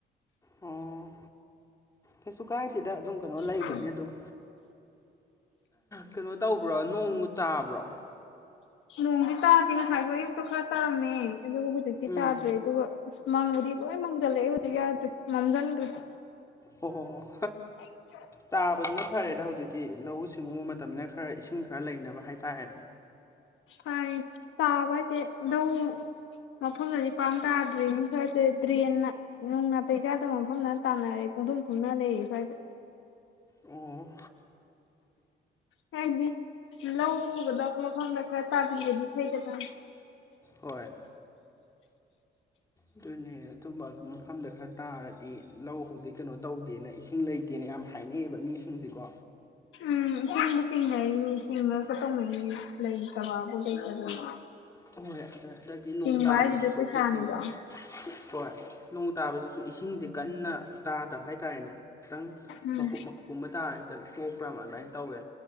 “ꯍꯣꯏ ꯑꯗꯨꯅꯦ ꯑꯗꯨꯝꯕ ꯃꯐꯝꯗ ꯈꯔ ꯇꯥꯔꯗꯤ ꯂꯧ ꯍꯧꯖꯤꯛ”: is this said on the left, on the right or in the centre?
Left